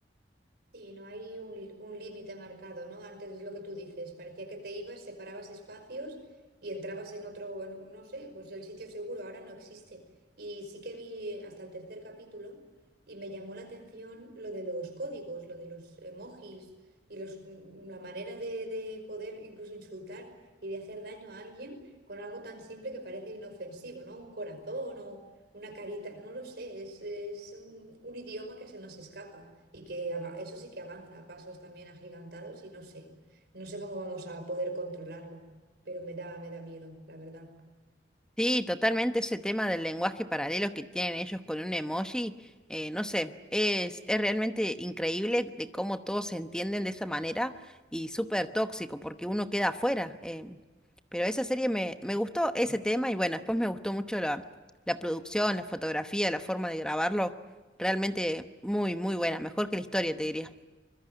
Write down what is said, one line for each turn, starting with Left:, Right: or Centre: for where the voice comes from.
Right: Sí, no hay un, un límite marcado, ¿no? Antes es lo que tú dices, parecía que te ibas, separabas espacios y entrabas en otro, en un- no sé, pues el sitio seguro ahora no existe. Y sí que vi hasta el tercer capítulo y me llamó la atención lo de los códigos, lo de los emojis y los, la manera de, de poder incluso insultar y de hacer daño a alguien con algo tan simple que parece inofensivo, ¿no? Un corazón o una carita, no lo sé, es, es un un idioma que se nos escapa y que ava- eso sí que avanza a pasos también agigantados y no sé, no sé cómo vamos a poder controlarlo, pero me da, me da miedo, la verdad.
Centre: Sí, totalmente ese tema del lenguaje paralelo que tienen ellos con un emoji, eh, no sé, es, es realmente increíble de cómo todos se entienden de esa manera y súper tóxico porque uno queda afuera. eh. Pero esa serie me, me gustó ese tema y bueno, después me gustó mucho la, la producción, la fotografía, la forma de grabarlo, realmente muy, muy buena, mejor que la historia, te diría.